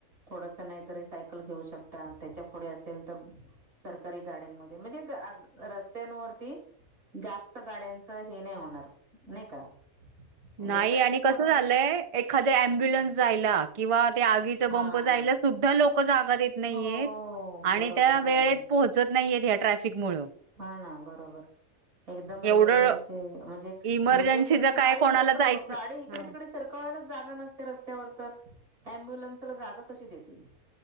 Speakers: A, on the right; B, on the right.
A: थोडस नाही तरी सायकल घेऊ शकता त्याच्या पुुढे असेल तर सरकारी गाड्यांमध्ये म्हणजे रस्त्यांवरती जास्त गाड्यांचं हे नाही होणार नाही का म्हणजे
B: नाही
A: ट्रॅफिक
B: आणि कस
A: होणार
B: झालंय
A: नाही
B: एखादी ॲम्ब्युलन्स जायला किंवा आगीच
A: हा
B: बंप जायला सुद्धा लोक. जागा देत नाहीयेत
A: हो
B: आणि
A: बरोबर
B: त्या वेळेत
A: बरोबर
B: पोहोचत नाहीयेत या ट्रॅफिक मुळ
A: हा ना बरोबर एकदम
B: एवढं
A: एमर्जन्सी म्हणजे
B: इमर्जन्सीचं
A: म्हणजे त्यांना
B: काय
A: बाडे
B: कोणाला
A: सारख
B: जायचं
A: गाडी इकडे
B: हां.
A: तिकडे सरख जागा नसते रस्त्यावर तर अम्ब्युलन्सला जागा कशी देतील